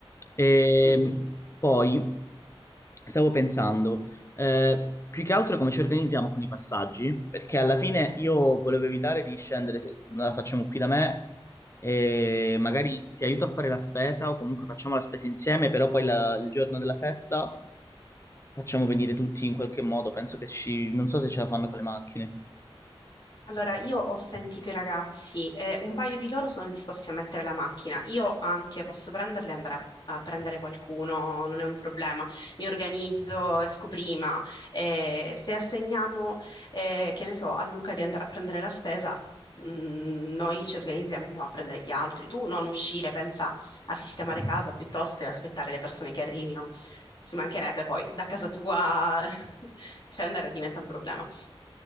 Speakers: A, on the left; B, on the left.
A: E
B: Sì.
A: poi stavo pensando, eh, più che altro come ci organizziamo con i passaggi, perché alla fine io volevo evitare di scendere, se la facciamo qui da me, e magari ti aiuto a fare la spesa o comunque facciamo la spesa insieme, però poi la- il giorno della festa facciamo venire tutti in qualche modo, penso che ci... non so se ce la fanno con le macchine.
B: Allora, io ho sentito i ragazzi, eh, un paio di loro sono disposti a mettere la macchina, io anche posso prenderle e andare a, a prendere qualcuno, non è un problema, mi organizzo, esco prima, eh, se assegniamo, eh, che ne so, a Luca di andare a prendere la spesa, mh, noi ci organizziamo, andiamo a prendere gli altri, tu non uscire, pensa a sistemare casa piuttosto e aspettare le persone che arrivino, ci mancherebbe poi da casa tua <laughs> scendere diventa un problema.